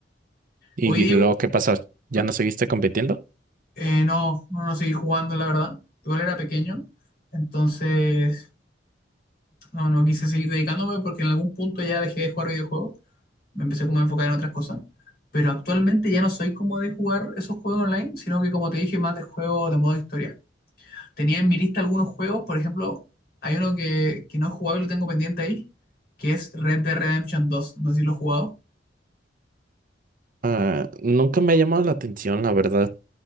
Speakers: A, on the right; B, on the left.
A: ¿Y
B: Hoy digo,
A: luego qué pasó? ¿Ya
B: no,
A: no seguiste compitiendo?
B: Eh, no, no, no seguí jugando, la verdad. Igual era pequeño. Entonces No, no quise seguir dedicándome porque en algún punto ya dejé de jugar videojuegos. Me empecé como a enfocar en otras cosas. Pero actualmente ya no soy como de jugar esos juegos online, sino que como te dije, más de juegos de modo historia. Tenía en mi lista algunos juegos, por ejemplo, hay uno que, que no he jugado y lo tengo pendiente ahí, que es Red Dead Redemption 2. No sé si lo he jugado.
A: Ah, nunca me ha llamado la atención, la verdad.